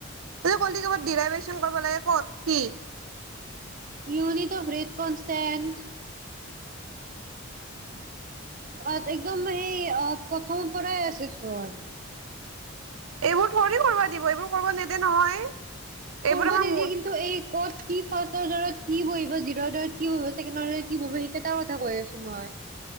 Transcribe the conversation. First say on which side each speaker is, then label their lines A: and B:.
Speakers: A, on the right (about 80°); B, on the right (about 40°).
A: তই কলি ক'ৰবাত দিৰাই বাইচোন কৰিব লাগে, ক'ত কি
B: ইউনিট অফ ৰেট কন ষ্টেথ অহ, একদম সেই অহ প্ৰথমৰ পৰাই আছে চোন
A: এইবোৰ থৰে কৰিব দিব, এইবোৰ কৰিব নিদিয়ে নহয়। এইবোৰ
B: কৰব
A: আমাৰ
B: নিদিয়ে
A: মূল,
B: কিন্তু এই ক'ত কি ফাৰ্ষ্ট অৰ্ডাৰত কি বহিব জিৰ' অৰ্ডাৰত কি বহিব ছেকেত কি বহিব সেইকেইটা কথা কৈ আছো মই।